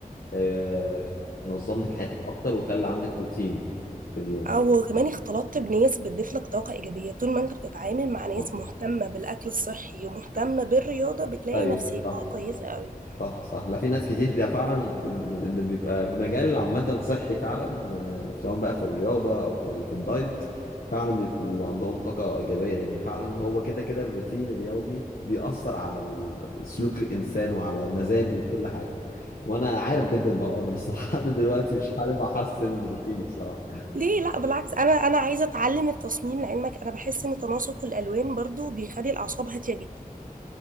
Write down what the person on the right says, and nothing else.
او كمان اختلطت بناس بتضيف لك طاقه ايجابيه طول ما انت بتتعامل مع ناس
مهتمه بالاكل الصحي ومهتمه بالرياضه بتلاقي
نفسيتها
كويسه قوي
ليه لا بالعكس انا انا عايزه اتعلم التصميم لعلمك انا بحس ان تناسق الالوان برضو بيخلي الاعصاب هاديه جدا